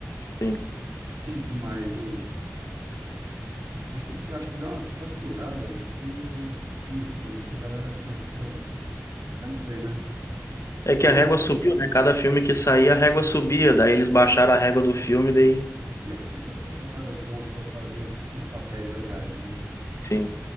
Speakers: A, on the left; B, on the right.
A: sim.
B: Mas o acho que acho que dá uma saturada, bicho. E enfim, acho que a galera começou, eu não sei, né?
A: É
B: Mas
A: que a régua subiu, né? Cada filme que saía, a régua subia, daí
B: eu
A: eles baixaram a régua do filme, daí.
B: E é difícil você achar caras bons para fazer os, os papéis legais, né?
A: Sim.